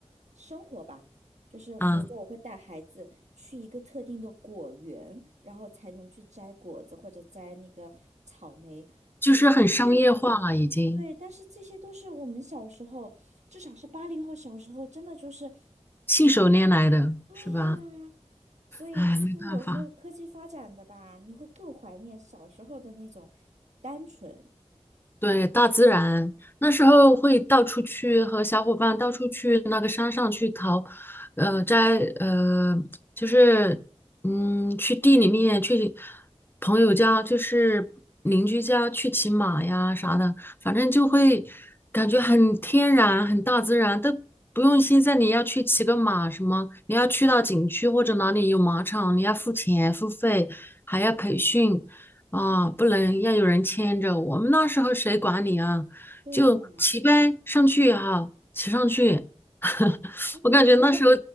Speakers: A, on the right; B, on the left.
A: 生活吧，就是比如说我会带孩子去一个特定的果园，
B: 啊，
A: 然后才能去摘果子或者摘那个草莓，
B: 就是很商业化了，
A: 其实这些
B: 已经
A: 对，但是这些都是我们小时候，至少是八零后小时候，真的就是
B: 信手拈来的是吧？
A: 对呀，所以其实有时候科技发展的吧，
B: 哎，没办法。
A: 你会更怀念小时候的那种单纯。
B: 对，大自然，那时候会到处去和小伙伴到处去那个山上去淘，呃，摘呃，就是嗯，去地里面去朋友家，就是邻居家去骑马呀啥的，反正就会感觉很天然、很大自然，都不用现在你要去骑个马什么，你要去到景区或者哪里有马场，你要付钱付费，还要培训。啊，不能要有人牵着。我们那时候谁管你啊？
A: 对啊，
B: 就骑呗，上去啊，骑上去。<laughs>
A: 而且你
B: 我感觉那时候